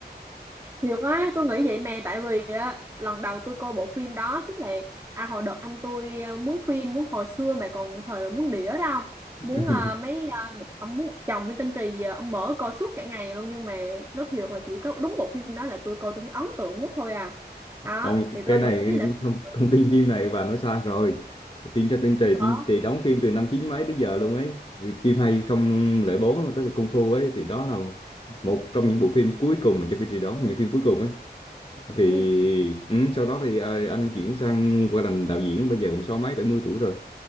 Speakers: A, on the right; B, on the left.
A: Thiệt quá, tôi nghĩ vậy mà tại vì á, lần đầu tôi coi bộ phim đó tức là à hồi đợt anh tôi à, mướn phim mướn hồi xưa mà còn thời mà mướn đĩa đó không
B: <laughs>
A: muốn à, mấy à, một- ông muốn chồng cái tên Trì giờ ông mở coi suốt cả ngày luôn nhưng mà nó thiệt là chỉ có đúng bộ phim đó là tôi coi tôi thấy ấn tượng nhất thôi à đó
B: Ông
A: thì
B: cái
A: tôi
B: này cái
A: nghĩ là phim
B: thông,
A: được
B: thông tin phim này bà nói sai rồi. Phim Trác Tinh Trì
A: chứ
B: thì,
A: khó
B: thì đóng phim từ năm chín mấy tới giờ luôn ấy. Vì Phim hai không không bốn tức là Kung Fu ấy thì đó là một trong những bộ phim cuối cùng mà Trác Tinh Trì đóng, những phim cuối cùng ấy. Thì
A: ừ.
B: ừ, sau đó thì ờ, anh chuyển sang qua làm đạo diễn bây giờ cũng sáu mấy bảy mươi tuổi rồi.